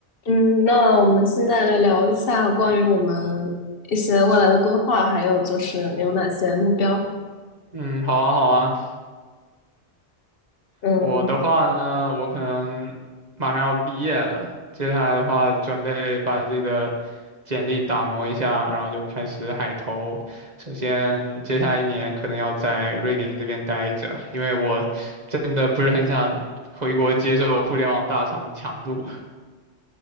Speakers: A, on the left (about 55°); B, on the right (about 40°).
A: 嗯，那我们现在来聊一下关于我们一些未来的规划，还有就是你有哪些目标？
B: 嗯，好啊，好啊。
A: 嗯
B: 我的话呢，我可能马上要毕业了，接下来的话，准备把自己的简历打磨一下，然后就开始海投。首先，接下来一年可能要在瑞典这边待着，因为我真的不是很想回国接受互联网大厂的强度。